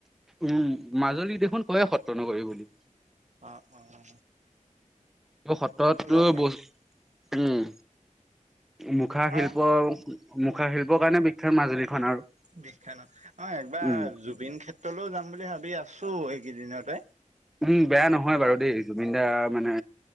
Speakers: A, in the centre; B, on the right.
A: উম মাজুলীক দেখোন কয়ে সত্ৰ নগৰি বুলি
B: অ অ অ
A: উম সত্ৰতো
B: এনে
A: ব উম মুখা শিল্প,
B: অ
A: মুখা শিল্পৰ কাৰণে বিখ্যাত মাজুলীখন আৰু
B: বিখ্যাত ন, অ একবাৰ
A: উম
B: জুবিন ক্ষেত্ৰলৈও যাম বুলি ভাবি আছোঁ এইকেইদিনতে।
A: উম বেয়া নহয় বাৰু দেই জুবিন দাৰ মানে